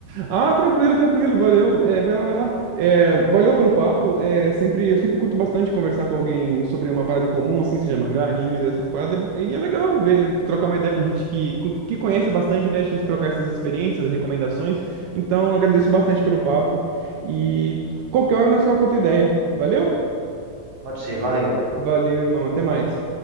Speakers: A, on the right (about 85°); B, on the right (about 60°).
A: Ah, tranquilo, tranquilo, valeu. É, vai lá, vai lá. É, valeu pelo papo. É, sempre, eu sempre curto bastante conversar com alguém sobre uma parada em comum, assim, seja mangá, animes, essas paradas. é bom- E é legal ver, trocar uma ideia com gente que, com- que conhece bastante, né? A gente trocar essas experiências, recomendações. Então, agradeço bastante pelo papo. E qualquer hora nós trocamos outra ideia. Valeu?
B: Pode ser, valeu.
A: Valeu, irmão. Até mais.